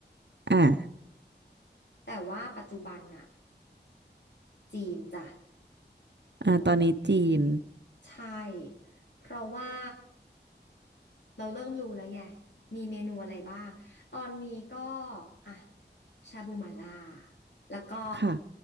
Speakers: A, on the right; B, on the left.
A: อ่า
B: แต่ว่าปัจจุบันน่ะจีนจ้ะ
A: อ่าตอนนี้จีน
B: ใช่เพราะว่า เราเริ่มรู้แล้วไง มีเมนูอะไรบ้าง ตอนนี้ก็อ่ะชาบูหม่าล่าแล้วก็
A: ค่ะ